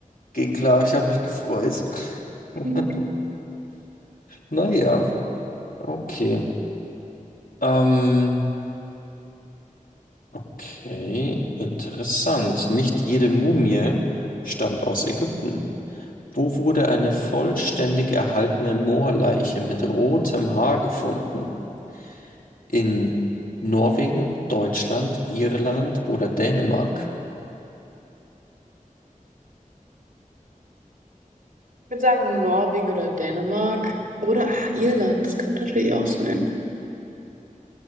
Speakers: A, on the left; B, on the right.
A: ging klar, ich habe mich gefreut. <laughs>
B: Ich
A: Naja, okay. Ähm, Okay, interessant. Nicht jede Mumie stammt aus Ägypten. Wo wurde eine vollständig erhaltene Moorleiche mit rotem Haar gefunden? In Norwegen, Deutschland, Irland oder Dänemark?
B: würde sagen Norwegen oder Dänemark. Oder ah, Irland, das könnte natürlich auch sein.